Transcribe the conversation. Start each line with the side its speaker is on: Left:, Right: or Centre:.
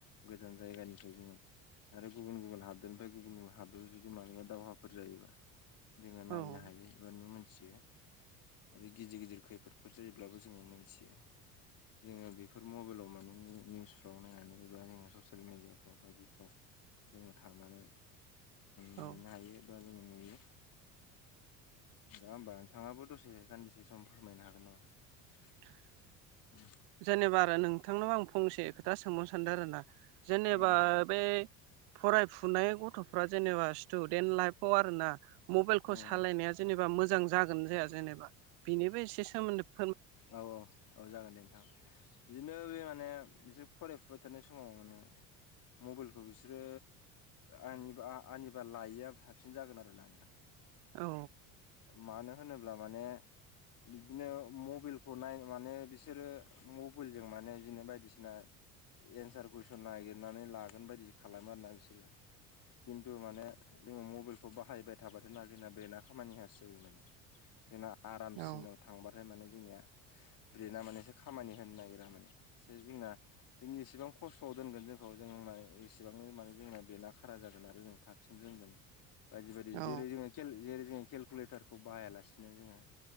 Left: गोजान जायगानिफ्राय जोङो आरो गुबुन गुबुन हादरनिफ्राय गुबुन गुबुन हादराव जुदि मानिबा दावहाफोर जायोबा जोंङो नायनो
Right: औ
Left: हायो एबा नु मोनथियो आरो गिदिर गिदिर खैफोदफोर जायोब्लाबो जोङो मोनथियो जोंङो बेफोर मबाइलाव मानो जोो निउसफ्राव नायनानै एबा जोंङो ससियेल मिडियाफ्राव बायदिफ्राव जोंङो थांनानै नायनो
Right: औ
Left: हायो जोंङो नुयो दा होमबा नोंथाङाबो दसे सान्दिसे सम फोरमायनो हागोन नामा
Right: <unintelligible>
Left: उम
Right: जेनेबा आरो नोंथांनाव आं फंसे खोथा सोंबावनो सानदों आरोना जेनेबा
Left: नामा?
Right: बे फरायफुनाय गथ'फ्रा जेनेबा स्टुडेन्ट लाइफआव आरोना मबाइलखौ
Left: अ
Right: सालायनाया जेने मोजां जागोन जाया जेनेबा बिनिबोसे सोमोन्दो
Left: औ-औ-औ जागोन दे नोंथां बिदिनो बे माने बिसोर फरायफुबाय थानाय समाव माने मबाइलखौ बिसोरो आा आंनिबा लायैआ हाबसिन जागोन आरो ना
Right: औ
Left: मानो होनोब्ला माने बिदिनो मबलखौ नाय माने बिसोरो मबाइल जों माने बिदिनो बायदिसिना एन्सार कुइसन नागिरनानै लागोन बायदि खालामो आरोना बिसोरो खिन्थु माने जोङो मबाइलखौ बाहायबाय थाबाथ' नागिरना बे नना खामानियासो जायो माने जोंना आरामसिनाव
Right: औ
Left: थांबाथाय माने जोंनिया ब्रेना माने एसे खामानि होनो नागिरा माने एसे जोंना जोंनि एसेबां खस्थ'आव दोनगोन जोंखौ जों माने एसेबांनो माने जोंना बेना खारा जागोन आरो जों थाबसिन रोंगोन बायदि बायदि
Right: औ
Left: जेरै जोंङो जेरै जोंङो केलकुलेटारखौ बाहायालासिनो जोंङो